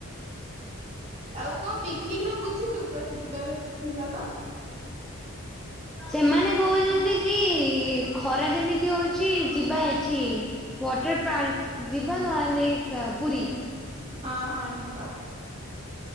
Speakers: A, on the right; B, in the centre.
A: ଆଉ କଣ ପିକନିକ ର ବୁଝିଲୁ କୁଆଡ଼େ ଯିବାର ଥିଲା ପା।
B: ସେମାନେ କହୁଛନ୍ତି କି ଖରା ଯେମିତି ହୋଉଚି ଯିବା ଏଠିକି ୱାଟର ପାର୍କ ଯିବା ନହେଲେ କ ପୁରୀ।
A: ହଁ ହଁ ଯିବା।